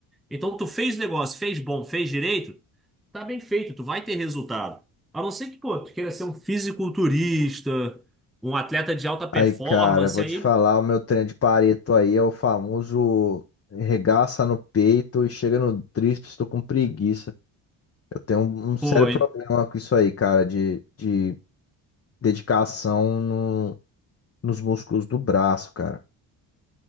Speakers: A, in the centre; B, on the left.
A: Então, tu fez o negócio, fez bom, fez direito, tá bem feito, tu vai ter resultado. A não ser que, pô, tu queira ser um fisiculturista, um atleta de alta performance,
B: Aí, cara, eu vou
A: aí.
B: te falar, o meu treino de Pareto aí é o famoso regaça no peito e chega no tríceps, tô com preguiça. Eu tenho um, um sério
A: Pô,
B: problema com isso aí, cara, de, de dedicação no, nos músculos do braço, cara.